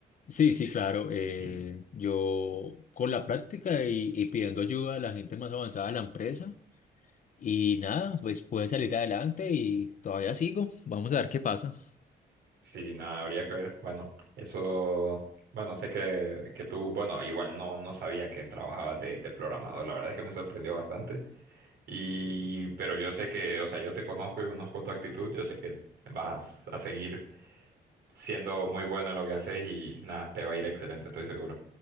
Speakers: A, on the left; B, on the right.
A: Sí, sí, claro. eh,
B: Sí,
A: yo con la práctica y, y pidiendo ayuda a la gente más avanzada de la empresa y nada, pues pude salir adelante y todavía sigo. Vamos a ver qué pasa.
B: sí, nada, habría que ver. Bueno, eso, bueno, sé que, que tú, bueno, igual no, no sabía que trabajabas de, de programador, la verdad es que me sorprendió bastante. Y, pero yo sé que, o sea, yo te conozco y conozco tu actitud, yo sé que vas a, a seguir siendo muy bueno en lo que haces y nada, te va a ir excelente, estoy seguro.